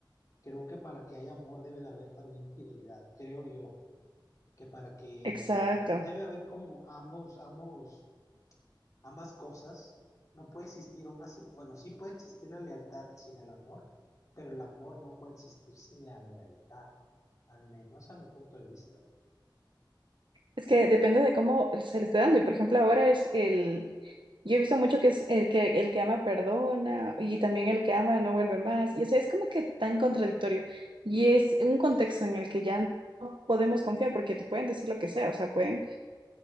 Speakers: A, on the left; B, on the right.
A: Creo que para que haya amor debe de haber también fidelidad. Creo yo que para que
B: Exacto.
A: debe haber como ambos, ambos ambas cosas, no puede existir una sin, bueno, sí puede existir la lealtad sin el amor, pero el amor no puede existir sin la lealtad, al menos a mi punto de vista.
B: Es que depende de cómo se le esté dando. Y por ejemplo, ahora es el. Yo he visto mucho que es el que el que ama perdona y también el que ama no vuelve más. Y o sea, es como que tan contradictorio. Y es un contexto en el que ya no podemos confiar porque te pueden decir lo que sea. O sea, pueden